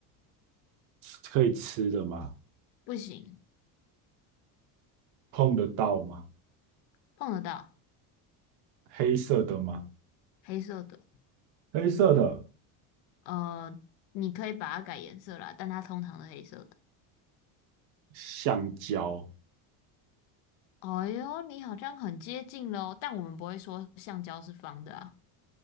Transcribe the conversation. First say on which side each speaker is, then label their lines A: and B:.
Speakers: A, on the right; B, on the left.
A: 可以吃的吗？
B: 不行，
A: 碰得到吗？
B: 碰得到，
A: 黑色的吗？
B: 黑色的。
A: 黑色的
B: 呃，你可以把它改颜色啦，但它通常是黑色的。
A: 橡胶，
B: 哎呦，你好像很接近喽，但我们不会说橡胶是方的啊，